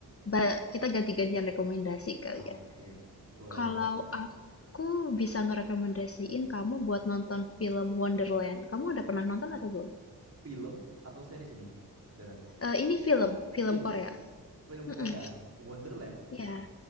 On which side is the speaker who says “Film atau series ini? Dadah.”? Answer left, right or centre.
Right